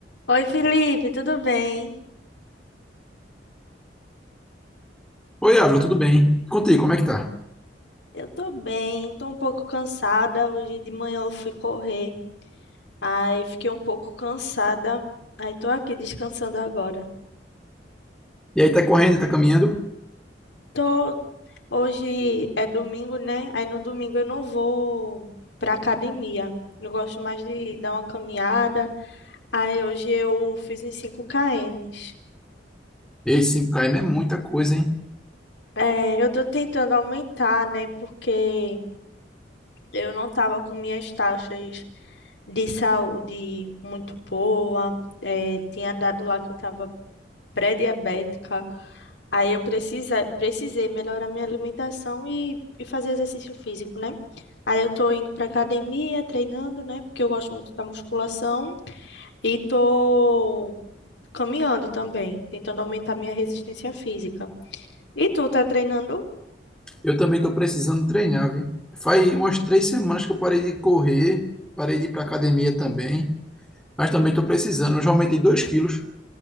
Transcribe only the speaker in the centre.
Oi, Ávila, tudo bem? Conta aí, como é que tá?
E aí, tá correndo, tá caminhando?
Ei, 5km é muita coisa, hein?
Eu também tô precisando treinar, viu? Faz umas três semanas que eu parei de correr, parei de ir pra academia também, mas também tô precisando. Eu já aumentei 2 quilos.